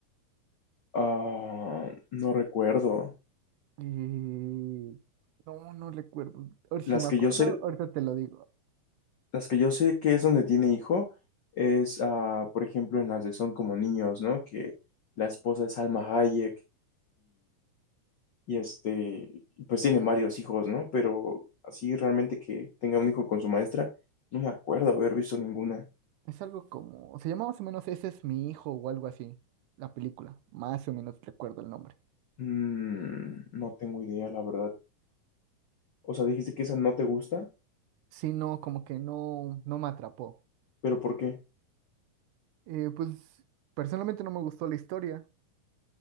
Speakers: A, on the left; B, on the right.
A: ah, no recuerdo.
B: Eh, no, no recuerdo. Ahora,
A: Las
B: si me
A: que
B: acuerdo,
A: yo sé,
B: ahorita te lo digo.
A: las que yo sé que es donde tiene hijo es, ah, por ejemplo, en las de Son como niños, ¿no? Que la esposa es Alma Hayek y este, pues tiene varios hijos, ¿no? Pero así realmente que tenga un hijo con su maestra, no me acuerdo haber visto ninguna.
B: Es algo como, se llama más o menos Ese es mi hijo o algo así, la película. Más o menos recuerdo el nombre.
A: Mm, no tengo idea, la verdad. O sea, dijiste que esa no te gusta,
B: Sí, no, como que no, no me atrapó.
A: pero ¿por qué?
B: Eh, pues personalmente no me gustó la historia